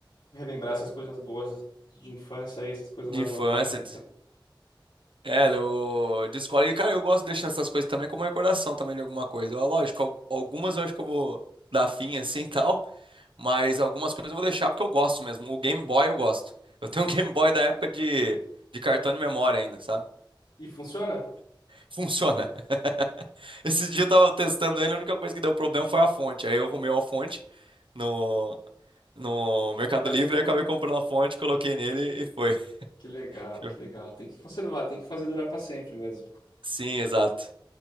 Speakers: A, on the left; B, on the right.
A: relembrar essas coisas boas de infância aí, essas coisas
B: De
A: mais
B: infância.
A: nostálgicas.
B: de- É,
A: Isso.
B: eu, de escola. E, cara, eu gosto de deixar essas coisas também como recordação também de alguma coisa. Ó, Lógico, al- algumas eu acho que eu vou dar fim assim <laughs> e tal, mas algumas coisas eu vou deixar porque eu gosto mesmo. O Game Boy eu gosto. Eu tenho um Game Boy da época de, de cartão de memória ainda, sabe?
A: E funciona?
B: Funciona. <laughs> Esse dia eu tava testando ele, a única coisa que deu problema foi a fonte. Aí eu arrumei uma fonte no, no Mercado
A: Mercado
B: Livre,
A: Livre?
B: aí acabei comprando a fonte, coloquei nele e foi.
A: Que legal,
B: <laughs>
A: que legal. Tem que conservar, tem que fazer durar pra sempre mesmo.
B: Sim, exato.